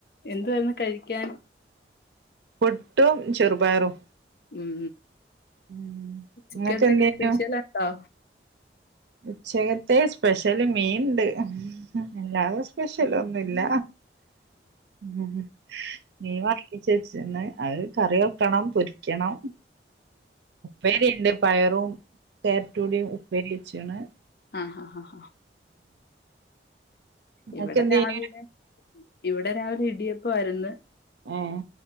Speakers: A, on the left; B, on the right.
A: എന്തുവാര്ന്ന് കഴിക്കാൻ
B: പുട്ടും ചെറുപയറും
A: ഉം
B: ഉം
A: ഉച്ചക്കത്തേക്ക്
B: ഇങ്ങക്ക് എന്തേനു
A: സ്പെഷ്യൽ ഇണ്ടോ
B: ഉച്ചക്കത്തെ സ്പെഷ്യല് മീൻ ഇണ്ട് എല്ലാതും സ്പെഷ്യൽ ഒന്നുല്ല ഉം മീൻ വാങ്ങിച്ചെച്ച്ണ് അത് കറി വെക്കണം പൊര് ക്കണം ഉപ്പേരി ഇണ്ട് പയറും കാരറ്റൂടിയും ഉപ്പേരി വെച്ച്ണ്
A: ആഹഹാ
B: ഇങ്ങക്കെന്തേനു
A: ഇവിടെ രാവിലെ ഇവിടെ രാവിലെ ഇടിയപ്പ ആയിരുന്ന്
B: ഏഹ്